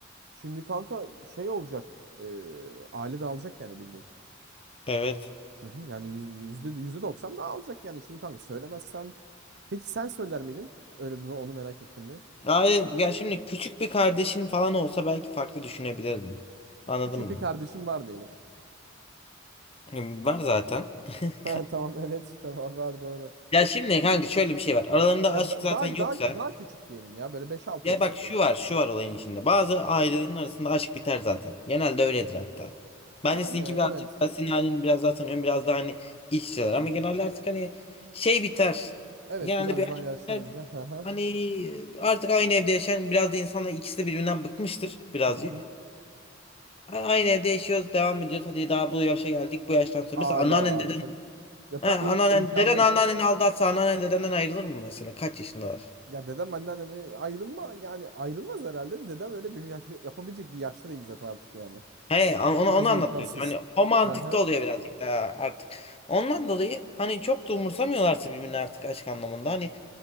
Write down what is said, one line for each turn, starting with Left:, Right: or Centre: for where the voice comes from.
Right: şimdi kanka şey olacak. e, aile dağılacak yani bildiğin.
Left: Evet.
Right: Hı hı. Yani yüz- yüzde yüzde doksan dağılacak yani. Şimdi kanka söylemezsen. Peki sen söyler miydin? Öyle bunu onu merak ettim bir.
Left: Yani ya şimdi küçük bir kardeşin falan olsa belki farklı düşünebilirdim. Anladın
Right: Küçük
Left: mı?
Right: bir kardeşim var diyelim. <laughs>
Left: Yani Var zaten. <laughs>
Right: Ha, tamam evet <laughs> tamam var doğru.
Left: Ya şimdi kanka şöyle bir şey var. Aralarında
Right: Ya
Left: aşk
Right: da-
Left: zaten
Right: daha
Left: yoksa
Right: daha daha küçük diyelim ya böyle beş altı
Left: Ya
Right: yaşında
Left: bak şu
Right: diyelim.
Left: var, şu var olayın içinde. Bazı ailelerin arasında aşk biter zaten. Genelde öyledir hatta.
Right: Yani
Left: Bence sizinki
Right: evet.
Left: birazcık daha senin ailen biraz daha tanıyorum. Biraz daha hani iç içeler. Ama genelde artık hani şey biter.
Right: Evet
Left: Genelde
Right: biraz
Left: bir
Right: daha
Left: aşk
Right: yaşlanınca.
Left: biter.
Right: Hı hı.
Left: Hani e, artık aynı evde yaşayan biraz da insanlar ikisi de birbirinden bıkmıştır birazcık.
Right: Hı hı.
Left: A- Aynı evde yaşıyoruz, devam ediyoruz. Hadi daha bu yaşa geldik. Bu yaştan sonra
Right: Hala
Left: mesela anneannen
Right: artık.
Left: deden,
Right: Ya
Left: he,
Right: ben,
Left: anneannen
Right: im- imkanı
Left: deden
Right: yok.
Left: anneanneni aldatsa anneannen dedenden ayrılır mı mesela? Kaç yaşındalar?
Right: Ya dedem anneannemi ayrılma yani ayrılmaz herhalde de dedem öyle bir yaş yapabilecek bir yaşta değil zaten artık yani.
Left: He, an- onu
Right: Biraz
Left: onu anlatmak
Right: imkansız.
Left: istiyorum. Hani o mantıkta
Right: Aha,
Left: oluyor birazcık daha artık. Ondan dolayı hani çok da umursamıyorlarsa birbirini artık aşk anlamında. Hani